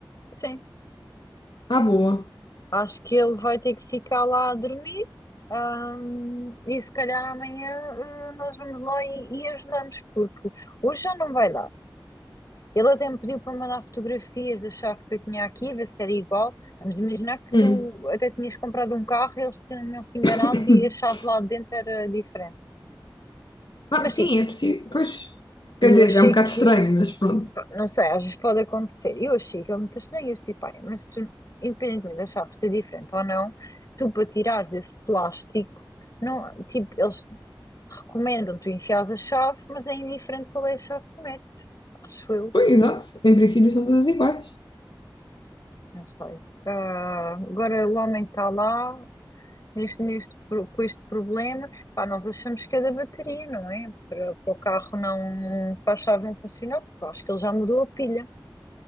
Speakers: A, on the left; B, on the left.
A: Sim.
B: Ah, boa.
A: Acho que ele vai ter que ficar lá a dormir. Ahm, e se calhar amanhã, ah, nós vamos lá e, e ajudamos, porque hoje já não vai dar. Ele até me pediu para mandar fotografias da chave que eu tinha aqui, ver se era igual. Vamos imaginar que
B: Hum.
A: tu até tinhas comprado um carro, e eles tinham se enganado
B: <coughs>
A: e a chave lá de dentro era diferente.
B: Ah,
A: Mas
B: sim,
A: sim,
B: é possível. Pois,
A: E
B: quer dizer,
A: eu achei
B: é um bocado
A: aquilo,
B: estranho, mas pronto.
A: pá, não sei, às vezes pode acontecer. Eu achei aquilo muito estranho. Eu disse, pá, mas tu, independentemente de achar ser diferente ou não, tu para tirares esse plástico, não, tipo, eles recomendam tu enfiares a chave, mas é indiferente qual é a chave que metes, acho eu,
B: Pois, exato. Em princípio são todas iguais.
A: não sei. Ah, agora o homem está lá, neste, neste, pro- com este problema, pá, nós achamos que é da bateria, não é? Para, para o carro não, para a chave não funcionar, porque eu acho que ele já mudou a pilha.